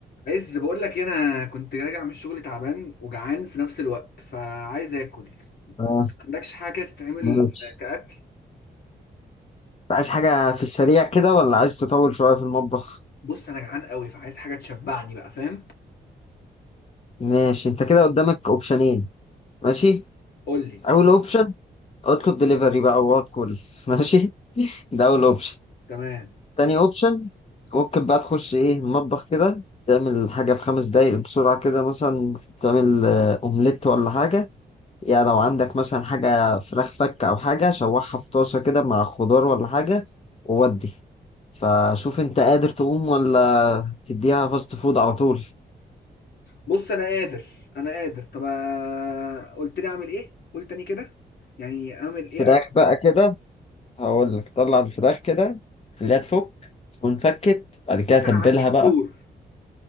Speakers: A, on the left (about 70°); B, on the left (about 35°).
A: عايز بقول لك إيه، انا كنت راجع من الشغل تعبان وجعان في نفس الوقت فعايز اكل
B: اه
A: عندكش حاجه كده تتعمل
B: ماشي
A: كاكل
B: عايز حاجة في السريع كده ولا عايز تطول شوية في المطبخ
A: بص انا جعان قوي فعايز حاجه تشبعني بقى فاهم
B: ماشي انت كده قدامك اوبشنين ماشي
A: قول لي
B: اول اوبشن اطلب دليفري بقى وقعد كل <laughs> ماشي ده اول اوبشن
A: تمام
B: تاني اوبشن ممكن بقى تخش ايه المطبخ كده تعمل حاجة في خمس دقايق بسرعة كده مثلا تعمل آه، اومليت ولا حاجة يا لو عندك مثلا حاجة فراخ فك أو حاجة شوحها في طاسة كده مع خضار ولا حاجة وودي فشوف انت قادر تقوم ولا تديها فاست فود على طول
A: بص انا قادر انا قادر طب آه، قلت لي اعمل ايه قول تاني كده يعني اعمل ايه
B: فراخ
A: اكل
B: بقى
A: إيه؟
B: كده هقول لك طلع الفراخ كده خليها تفك تكون فكت بعد كده
A: بص
B: تبلها
A: انا عندي فطور
B: بقى